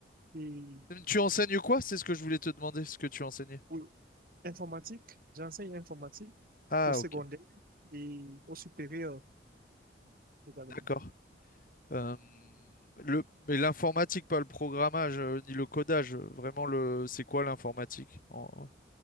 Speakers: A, on the right (about 50°); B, on the left (about 45°).
A: et
B: Tu enseignes quoi? C'est ce que je voulais te demander, ce que tu enseignais.
A: Oui. Informatique, j'enseigne informatique
B: Ah,
A: au secondaire
B: ok,
A: et au supérieur également.
B: d'accord. Euh, le, mais l'informatique, pas le programmage, euh, ni le codage, euh, vraiment le, c'est quoi l'informatique? En-